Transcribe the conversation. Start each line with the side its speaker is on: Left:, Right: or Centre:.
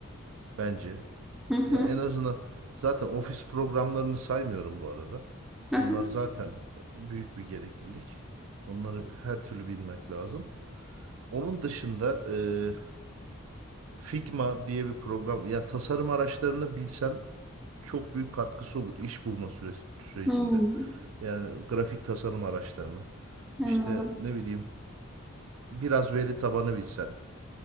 Right: bence.
Centre: Hı hı.
Right: Ya en azından zaten ofis programlarını saymıyorum bu arada. Onlar
Centre: hı hı.
Right: zaten büyük bir gereklilik. Onları her türlü bilmek lazım. Onun dışında e, Figma diye bir program, ya tasarım araçlarını bilsen çok büyük katkısı olur iş bulma süresi, sürecinde.
Centre: Hmm,
Right: Yani grafik tasarım araçlarını, işte
Centre: anladım.
Right: ne bileyim biraz veri tabanı bilsen